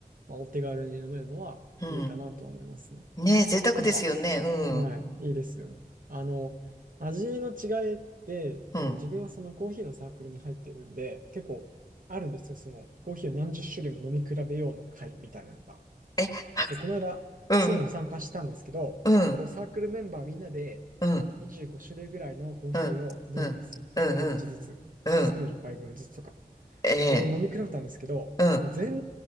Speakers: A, on the right (about 60°); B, on the left (about 30°).
A: まあ、お手軽に飲めるのはいいかなとは思いますね。
B: うん。ねえ、贅沢ですよね。
A: なんか、
B: うん、
A: はい、いいですよね。あの、味の違いって、
B: うん。
A: あの、自分はそのコーヒーのサークルに入ってるんで、結構あるんですよ。そのコーヒーを何十種類も飲み比べようの会みたいなのが。
B: え、
A: で、この間、
B: うん、
A: スーノのに参加したんですけど、
B: うん、
A: こうサークルメンバーみんなで25種類ぐらいのコーヒーを飲むんですよ。
B: うん、うん、うん、うん、うん、
A: 一口ずつ。
B: うん、
A: スプーン1杯分ずつとか。
B: ええ、
A: で、飲み比べたんですけど、
B: うん、
A: でも全